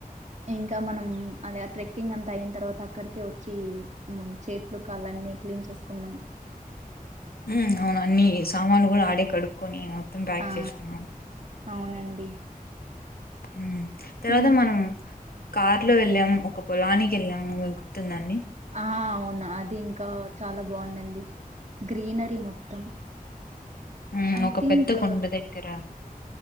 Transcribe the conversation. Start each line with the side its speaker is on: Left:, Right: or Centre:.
Right: ఇంకా మనం అదే ట్రెక్కింగ్ అంత అయిన తర్వాత అక్కడికే వచ్చి చేతులు కళ్ళు అని నీ క్లీన్ చేసుకున్నాం
Left: ఉమ్ అవును అన్ని సామానులు కూడా ఆడే కడుక్కకోని మొత్తం ప్యాక్
Right: ఆ
Left: చేసుకున్నాం.
Right: అవునండి
Left: ఉ తర్వాత
Right: ఇం
Left: మనము కార్ లో వెళ్ళాంము, ఒక పొలానికి వెళ్ళాంము <unintelligible> గుర్తుందా అండి?
Right: ఆ అవును అది ఇంకా చాలా బాగుందండి గ్రీనరీ మొత్తం.
Left: ఆ
Right: ఐ
Left: ఒక
Right: థింక్
Left: పెద్ద కొండ దగ్గర